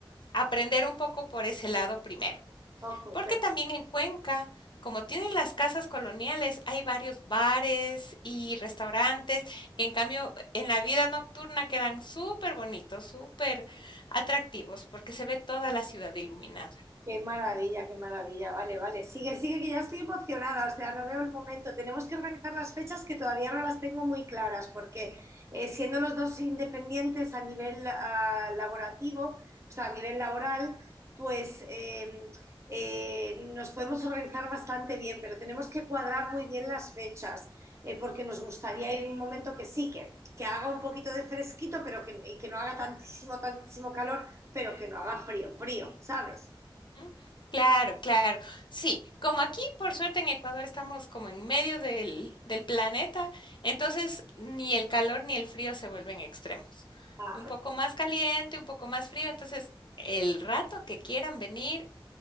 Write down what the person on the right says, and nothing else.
Ok,
Qué maravilla, qué maravilla. Vale, vale. Sigue, sigue, que ya estoy emocionada. O sea, no veo el momento. Tenemos que organizar las fechas que todavía no las tengo muy claras, porque eh, siendo los dos independientes a nivel ah, laborativo, o sea, a nivel laboral, pues eh, eh, nos podemos organizar bastante bien, pero tenemos que cuadrar muy bien las fechas, eh, porque nos gustaría ir en un momento que sí, que, que haga un poquito de fresquito, pero que, y que no haga tantísimo, tantísimo calor, pero que no haga frío, frío, ¿sabes?
Ah,
fe-